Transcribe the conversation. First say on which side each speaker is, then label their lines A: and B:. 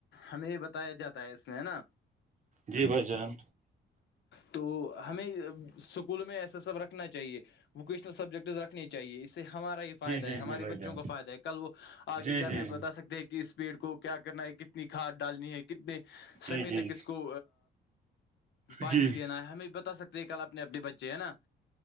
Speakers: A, on the left; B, on the right.
A: ہمیں یہ بتایا جاتا ہے اس میں ہے نا
B: جی بھ جان
A: تو ہمیں اسکول میں ایسا سب رکھنا چاہیے ووکیشنل سبجیکٹ رکھنے چاہیے اس سے ہمارا فائدہ
B: جی جی
A: ہے ہمارے
B: جی بھائی
A: بچوں
B: جان
A: کو فائدہ ہے کل وہ آ
B: جی
A: کے گھر
B: جی
A: میں
B: جی
A: بتا سکتے ہیں کہ اس پیڑ کو کیا کرنا ہے کتنی کھاد ڈالنی ہے کتنے
B: جی
A: سمے تک اس کو پانی
B: جی
A: دینا ہے ہمیں بتا سکتے ہیں کل اپنے اپنے بچے ہے نا